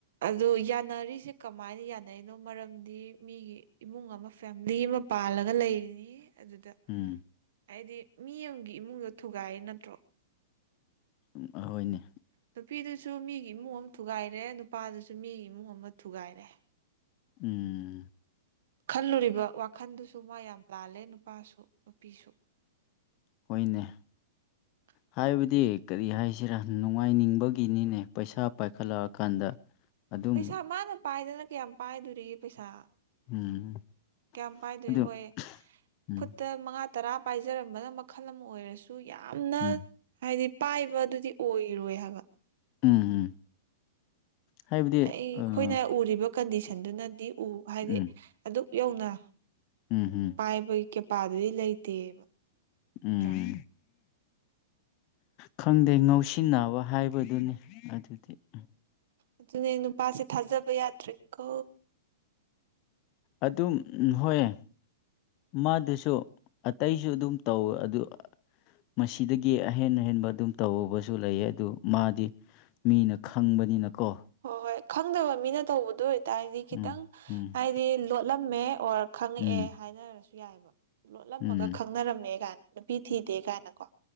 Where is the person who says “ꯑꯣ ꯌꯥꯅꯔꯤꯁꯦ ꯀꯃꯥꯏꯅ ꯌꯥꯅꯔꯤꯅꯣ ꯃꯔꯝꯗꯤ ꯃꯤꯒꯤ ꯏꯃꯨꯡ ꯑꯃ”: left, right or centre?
Right